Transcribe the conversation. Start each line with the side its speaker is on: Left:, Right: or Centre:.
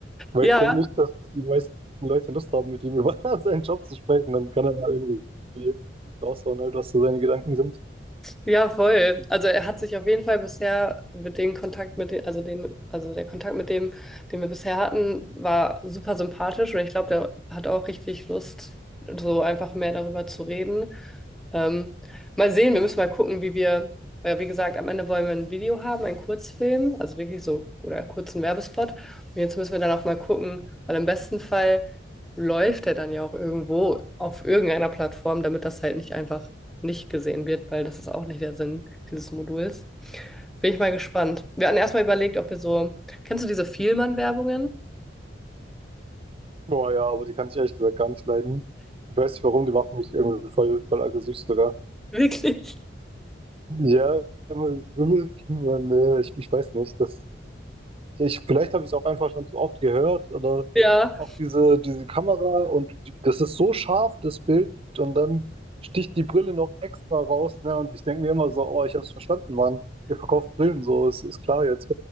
Right: weil
Centre: Ja,
Right: ich denke nicht, dass die meisten Leute Lust haben, mit ihm über <laughs> seinen Job zu sprechen, dann kann er da irgendwie raushauen, halt, was so seine Gedanken sind.
Centre: Ja, voll. Also er hat sich auf jeden Fall bisher mit dem Kontakt mit dem, also dem, also der Kontakt mit dem, den wir bisher hatten, war super sympathisch und ich glaube, der hat auch richtig Lust, so einfach mehr darüber zu reden. Ähm, mal sehen, wir müssen mal gucken, wie wir, weil wie gesagt, am Ende wollen wir ein Video haben, einen Kurzfilm, also wirklich so, oder einen kurzen Werbespot. Und jetzt müssen wir dann auch mal gucken, weil im besten Fall läuft der dann ja auch irgendwo auf irgendeiner Plattform, damit das halt nicht einfach nicht gesehen wird, weil das ist auch nicht der Sinn dieses Moduls. Bin ich mal gespannt. Wir hatten erstmal überlegt, ob wir so. Kennst du diese Vielmann-Werbungen?
Right: Boah, ja, aber die kann ich ehrlich gesagt gar nicht leiden. Ich weiß nicht warum, die macht mich irgendwie voll, voll aggressiv sogar.
Centre: <laughs> Wirklich?
Right: Ja, aber so eine Kinder, ne, ich, ich weiß nicht. Das, ich, vielleicht habe ich es auch einfach schon zu oft gehört oder
Centre: Ja,
Right: auch diese, diese Kamera und die, das ist so scharf, das Bild, und dann sticht die Brille noch extra raus, ne? Und ich denke mir immer so, oh, ich habe es verstanden, Mann. Ihr verkauft Brillen so, es ist klar jetzt.